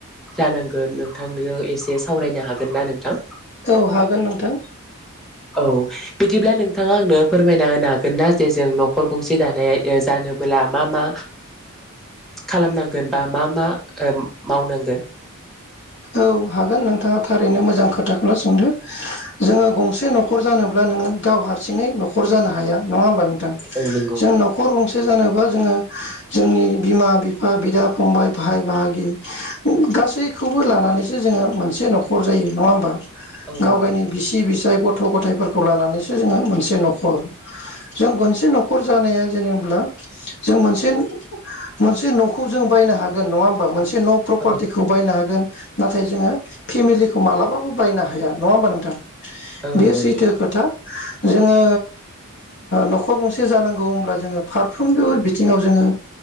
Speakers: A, in the centre; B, on the left.
A: जांनांगोन नोंथांजों एसे सावरायनो हागोन ना नोंथां?
B: औ हागोन नोंथां।
A: औ बिदिब्ला नोंथाङा आंनो फोरमायना होनो हागोन ना जे जों न'खर गंसे दानाय जानोबोला मा मा खालामनांगोन बा मा मा मावनांगोन? <inaudible>
B: औ हागोन नोंथाङा थारैनो मोजां खोथाखौनो सोंदो जोङो गंसे न'खर जानोब्ला नोङो गाव हारसिङै न'खर जानो हाया नङा होमबा नोंथां
A: औ औ नंगौ
B: जों न'खर गंसे जानोबा जोङो जोंनि बिमा बिफा बिदा फंबाय भाय बाहागि गासैखौबो लानानै सो जोङो मोनसे न'खर जायो नङा होमबा
A: औ
B: गाव
A: नंगौ
B: गावनि बिसि बिसाय गथ' गथ' गथाइफोरखौ लानानैसो जोङो मोनसे न'खर जों मोनसे न'खर जानाया जेनेब्ला जों मोनसे मोनसे न'खौ जों बायनो हागोन नङा होमबा मोनसे जेन' प्रपार्टिखौ
A: औ
B: बायनो हागोन नाथाय जोङो फेमिलिखौ मालाबाबो बायनो हाया नङा होमबा नोंथां
A: औ
B: बे
A: नंगौ
B: सैथो
A: नंगौ
B: खोथा जोङो न'खर गंसे जानांगौ होमब्ला जोङो फारफ्रोमबो बिथिङाव जोङो